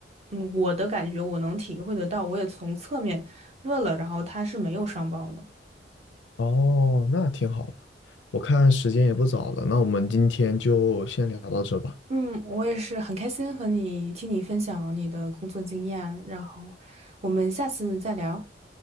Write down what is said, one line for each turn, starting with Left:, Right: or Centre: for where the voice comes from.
Right: 嗯，我的感觉我能体会得到，我也从侧面问了，然后他是没有上报的。
Left: 哦，那挺好的。我看时间也不早了，那我们今天就先聊到这吧。
Right: 嗯，我也是很开心和你听你分享你的工作经验，然后我们下次再聊。